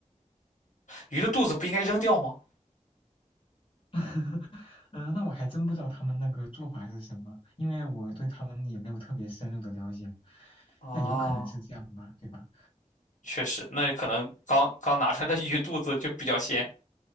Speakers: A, on the left; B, on the left.
A: 鱼的肚子不应该扔掉吗？
B: <laughs> 嗯那我还真不知道他们那个做法是什么，因为我对他们也没有特别深入的了解。
A: 哦，
B: 那有可能是这样吧，对吧？
A: 确实，那可能刚刚拿出来的鱼肚子就比较鲜。